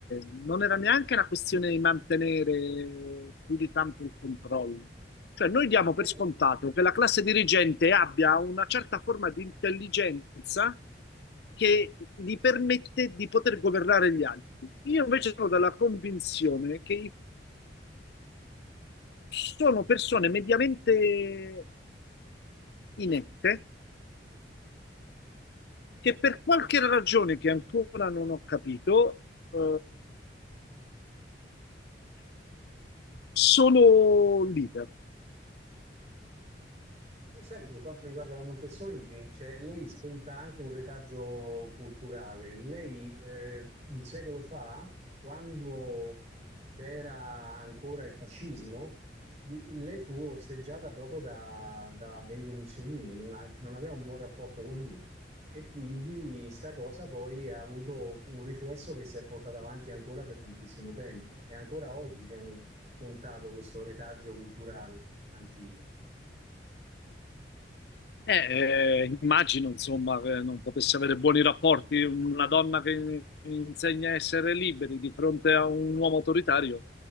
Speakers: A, on the left (about 65°); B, on the right (about 35°).
A: Non era neanche una questione di mantenere più di tanto il controllo. Cioè, noi diamo
B: Tu sai
A: per scontato
B: che
A: che la classe dirigente abbia una certa forma di intelligenza che gli permette di poter governare gli altri. Io invece sono della convinzione che sono persone mediamente inette che per qualche ragione che ancora non ho capito, eh, sono leader.
B: Tu sai che per quanto riguarda la Montessori, che, cioè, lei sconta anche un retaggio culturale. Lei eh, un secolo fa, quando c'era ancora il fascismo, l- lei fu osteggiata proprio da, da Benito Mussolini, non, ha- non aveva un buon rapporto con lui. E quindi sta cosa poi ha avuto un riflesso che si è portato avanti ancora per tantissimo tempo. E ancora oggi viene scontato questo retaggio culturale antico.
A: Eh, eh, immagino, insomma, che non potesse avere buoni rapporti una donna che insegna a essere liberi di fronte a un uomo autoritario.